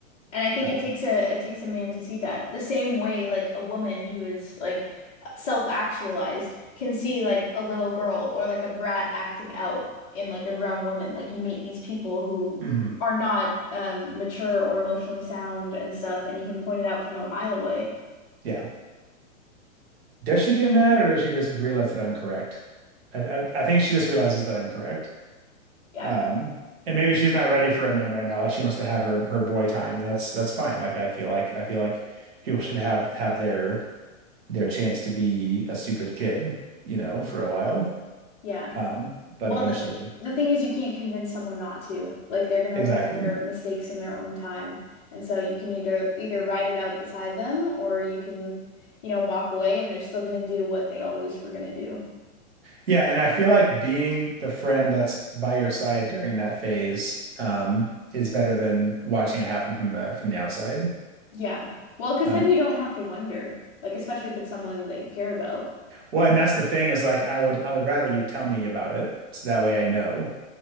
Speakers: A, on the left; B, on the right.
A: And I think
B: Uh,
A: it takes a it takes a man to see that. The same way like a woman who is like self-actualized can see like a little girl or like a brat acting out in like a grown woman. Like you meet these people who
B: mhm.
A: are not um mature or emotionally sound and stuff and you can point it out from a mile away.
B: Yeah. Does she get mad or does she just realize that I'm correct? I, I I think she just realizes that I'm correct.
A: Yeah.
B: Um, and maybe she's not ready for a man right now. Like she wants to have her her boy time, and that's that's fine. Like I feel like I feel like people should have have their their chance to be a stupid kid, you know, for a while.
A: Yeah.
B: Um, but
A: Well,
B: eventually,
A: the, the thing is, you can't convince someone not to. Like they're gonna
B: exactly.
A: learn their mistakes in their own time. And so you can either either ride it out beside them or you can, you know, walk away and they're still gonna do what they always were gonna do.
B: Yeah, and I feel like being the friend that's by your side during that phase um, is better than watching it happen from the from the outside.
A: Yeah. Well, because
B: Um,
A: then you don't have to wonder, like especially if it's someone that you care about.
B: well, and that's the thing is like I would I would rather you tell me about it so that way I know,